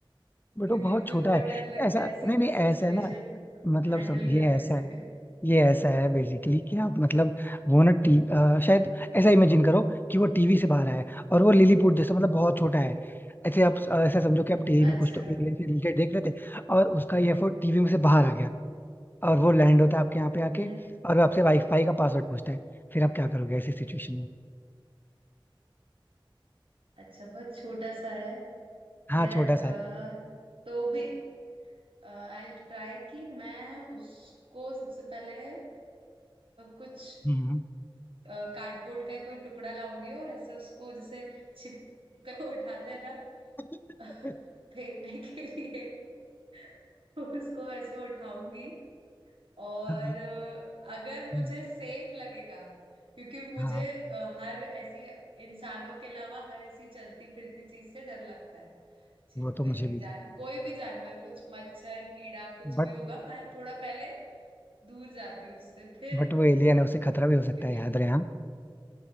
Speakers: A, on the left (about 20°); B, on the right (about 80°).
A: बट
B: क्योंकि
A: वो बहुत
B: मुझे
A: छोटा
B: बहुत
A: है
B: डर लगता
A: ऐसा
B: है ऐसी
A: नहीं
B: कोई
A: नहीं
B: सिचुएशन
A: ऐसा है ना मतलब
B: हैंडल
A: सब ये
B: करने
A: ऐसा
B: से
A: है ये ऐसा है बेसिकली कि आप मतलब वो ना टी अ, शायद ऐसा इमेजिन करो कि वो टीवी से बाहर है और वो लिलीपुट जैसा मतलब बहुत छोटा है ऐसे आप अ, ऐसा समझो कि आप टीवी
B: <laughs> अच्छा
A: में कुछ तो एलियन से रिलेटेड देख रहे थे और उसका ये एफर्ट टीवी में से बाहर आ गया और वो लैंड होता है आपके यहाँ पे आके
B: हम्म
A: और वो आपसे वाईफाई का पासवर्ड पूछता है फिर आप क्या करोगे ऐसी सिचुएशन में
B: अच्छा बहुत छोटा सा है
A: हाँ
B: यार
A: छोटा
B: अ,
A: सा है
B: तो भी आई विल ट्राई कि मैं उसको सबसे पहले आ, कुछ
A: हम्म
B: कार्डबोर्ड का कोई टुकड़ा लाऊंगी और ऐसे उसको जैसे छिप कर <laughs> उठाते हैं ना
A: <laughs>
B: <laughs> फेंकने के लिए <laughs> उसको ऐसे उठाऊंगी और
A: हाँ
B: अ, अगर मुझे
A: हम्म,
B: सेफ लगेगा क्योंकि मुझे
A: हाँ,
B: अ, हर ऐसी इंसानों के अलावा हर ऐसी चलती फिरती चीज से डर लगता है छिपकली
A: वो तो मुझे भी
B: जान कोई भी जानवर कुछ मच्छर कीड़ा कुछ
A: बट
B: भी होगा मैं थोड़ा पहले दूर जाती हूँ उससे फिर
A: बट वो एलियन है उसे खतरा भी
B: अ,
A: हो सकता
B: क्योंकि
A: है याद रहे हाँ